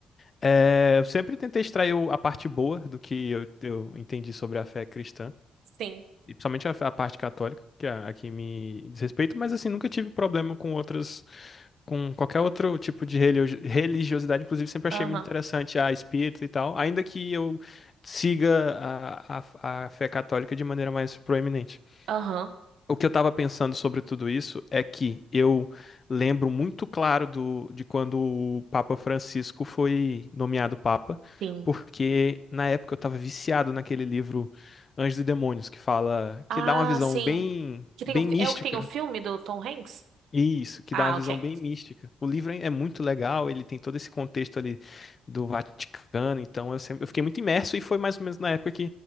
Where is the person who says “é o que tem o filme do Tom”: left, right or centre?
Right